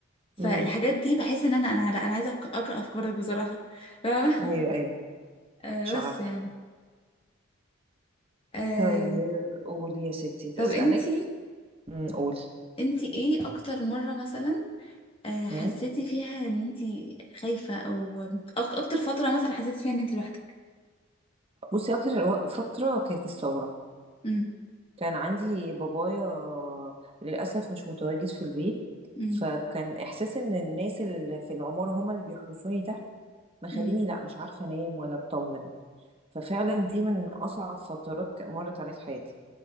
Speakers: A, on the left (about 25°); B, on the right (about 25°).
A: فالحاجات
B: امم
A: دي بحس ان انا انا لا انا عايزه أفك- اقرا افكارك بصراحه فاهمة؟
B: ايوه
A: <laughs>
B: ايوه
A: آه
B: مش عارفة
A: بس يعني آه
B: طيب قولي يا ستي
A: طب
B: اسألك
A: انتي
B: امم قولي
A: انتي ايه اكتر مره مثلا آه حسيتي
B: مم.
A: فيها ان انتي خايفه او أك- اكتر فتره مثلا حسيتي فيها ان انتي لوحدك
B: بصي اكتر الو- فترة كانت الثورة
A: امم
B: كان عندي بابايا للأسف مش متواجد في البيت
A: امم
B: فكان إحساس إن الناس اللي في العمارة هما اللي بيحرسوني تحت مخليني
A: امم
B: لأ مش عارفة أنام ولا أطمن ففعلا دي من أصعب فترات مرت عليا في حياتي